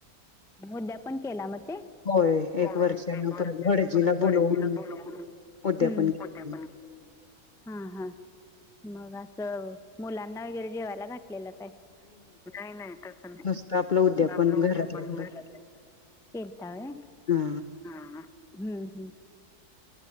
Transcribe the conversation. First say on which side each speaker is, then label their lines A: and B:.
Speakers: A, in the centre; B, on the left.
A: उद्या पण केला. म <unintelligible>
B: होय
A: होय,
B: एक वर्षान
A: एक वर्षाच
B: परत भडजीला
A: परत
B: बोलवून
A: भटजीला बोलवून
B: उद्यापन
A: हम्म!
B: केलं.
A: उद्यापन हा हा. मग असं मुलांना वगैरे, जेवायला घ घातलेल काय? नाही नाही, तसं
B: नुसतं आपलं
A: नाही
B: उद्यापन
A: आपलं उद्यापन
B: घरातल्या घरात
A: घ केलता व्हय.
B: हा
A: हा हा ह ह.